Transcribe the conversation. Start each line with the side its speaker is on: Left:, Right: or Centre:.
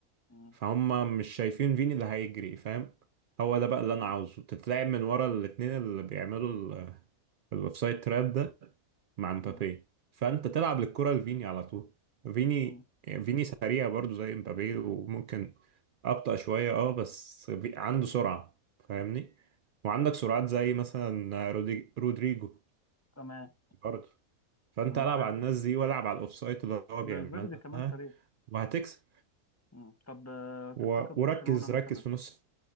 Left: مم.
Right: فهم مش شايفين فيني اللي هيجري فاهم هو ده بقى اللي
Left: مم.
Right: انا عاوزه تتلعب من ورا الاثنين اللي بيعملوا ال- الاوفسايد تراب ده مع مبابي
Left: مم.
Right: فانت تلعب للكرة لفيني على طول فيني
Left: مم.
Right: فيني سريع برضو زي مبابي وممكن ابطأ شوية اه بس في- عنده سرعة فاهمني وعندك سرعات زي مثلا رودي رودريجو
Left: تمام
Right: برضو فانت
Left: مم.
Right: العب
Left: فاهم
Right: على الناس دي والعب على الاوفسايد اللي هو
Left: فالفيردي
Right: بيعملها
Left: كمان سريع
Right: وهتكسب
Left: مم. طب آه، تفتكر
Right: و-
Left: برشلونه
Right: وركز
Left: مثلا
Right: ركز في نص